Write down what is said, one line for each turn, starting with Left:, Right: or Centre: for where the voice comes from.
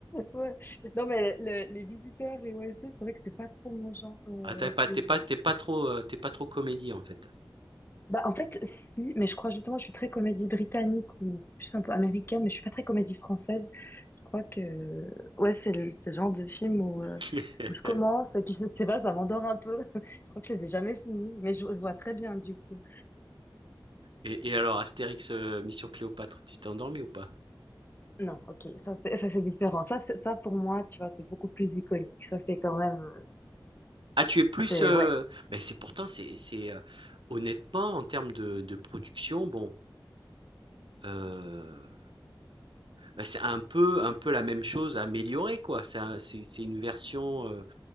Left: Ouais. Non mais le- les visiteurs, les OSS, c'est vrai que c'est pas trop mon genre euh,
Right: ah, t'as pas, t'es
Left: de,
Right: pas, t'es pas trop, euh, t'es pas trop comédie en fait.
Left: Bah, en fait, si, mais je crois justement, je suis très comédie britannique ou plus un peu américaine, mais je suis pas très comédie française. Je crois que, ouais, c'est le, ce genre de film où,
Right: <laughs>
Left: euh, où je commence et puis je sais pas, ça m'endort un peu. <laughs> Je crois que je les ai jamais finis, mais je, je vois très bien du coup.
Right: Et, et alors, Astérix, euh, Mission Cléopâtre, tu t'es endormi ou pas?
Left: Non, ok, ça c'est, ça c'est différent. Ça, c'est, ça pour moi, tu vois, c'est beaucoup plus iconique. Ça c'est quand même, euh,
Right: Ah, tu es plus,
Left: c'est,
Right: euh,
Left: ouais.
Right: ben c'est pourtant, c'est, c'est euh, honnêtement en termes de, de production, bon, euh, ben, c'est un peu, un peu la même chose améliorée quoi. C'est un- c'est, c'est une version. euh,